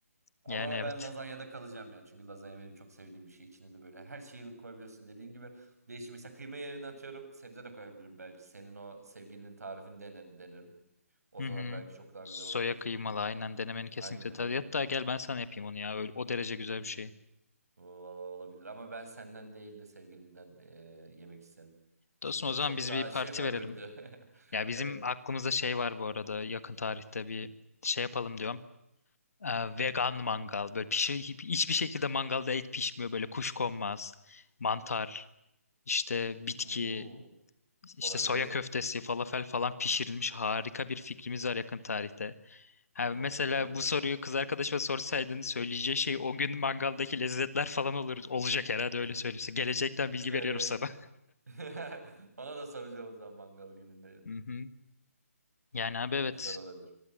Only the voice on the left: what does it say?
Yani evet.
Hı
hı.
Soya
kıymalı aynen denemeni kesinlikle
tabii.
Hatta gel ben sana yapayım onu ya. Öyle, o derece güzel
bir şey.
Dostum o zaman
biz
bir
parti
verelim.
Ya bizim
aklımızda şey var bu arada yakın tarihte bir şey yapalım diyorum. Ee, vegan mangal böyle pişir hiç- hiçbir şekilde mangalda et pişmiyor böyle kuş konmaz. Mantar, işte bitki,
işte
soya köftesi, falafel falan pişirilmiş harika bir fikrimiz var yakın tarihte. Ha,
mesela
bu soruyu kız arkadaşıma sorsaydın söyleyeceği şey o gün mangaldaki lezzetler falan olur, olacak herhalde
öyle söylüyorsa. Gelecekten
bilgi veriyorum
sana.
<laughs> Hı hı. Yani abi
evet.